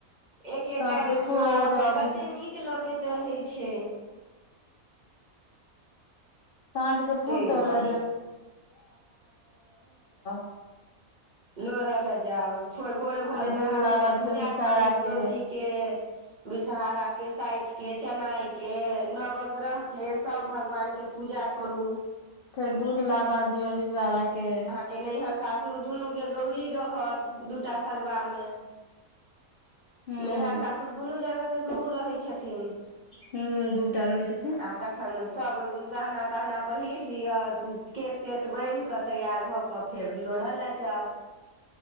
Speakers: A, on the right; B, on the left.
A: एके
B: साँझ
A: टाइम
B: के फूल
A: खाउ
B: लोढ़ऽ जाउ
A: कते नीक लगैत रहै छै
B: साँझ के फूल
A: ताहि
B: तोरा
A: दुआरे
B: <unintelligible>
A: लोढ़य लए जाउ फोर भोरे भोरे
B: आ दूध
A: नहा
B: लाबा
A: धो कऽ
B: दियौन
A: पूजा
B: विषहारा
A: करू
B: के
A: गौरीके विषरा के साठि के चेनाई के नवग्रह के सब भगवान के पूजा करू
B: फेर दूध लाबा दियऔ बिचारा के
A: के नैहर सासुर दुनूके गौरी रहत दूटा सरवामे
B: हूँ
A: नैहर सासुर दुनू जगहके गौर रहै छथिन।
B: हू दूटा रहि छथिन
A: आ तखन सब गहना तहना पहिर लिह केश तेश बान्हि कऽ तैआर भऽ कऽ कऽ फेर लोढ़ा लए जाउ